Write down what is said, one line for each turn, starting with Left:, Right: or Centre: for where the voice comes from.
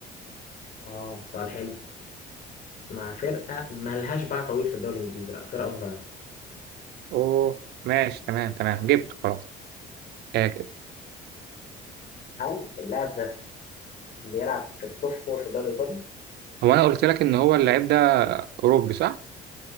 Left: آه، سؤال حلو مع فرقة مالهاش باع طويل في الدوري الإنجليزي لا فرقة صغيرة
Right: اوه ماشي تمام تمام جبته خلاص آه،
Left: هل اللاعب ده بيلعب في التوب فور في الدوري الإيطالي؟
Right: هو انا قلت لك ان هو اللعيب ده اوروبي صح